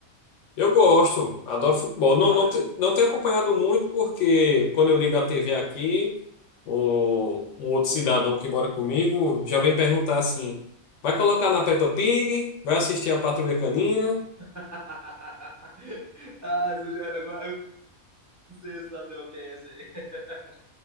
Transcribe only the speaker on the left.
Eu gosto, adoro futebol. Não,
não, te- não tenho acompanhado muito, porque quando eu ligo a TV aqui, o, um outro cidadão que mora comigo já vem perguntar assim: vai colocar na Peppa Pig? Vai assistir a Patrulha Canina?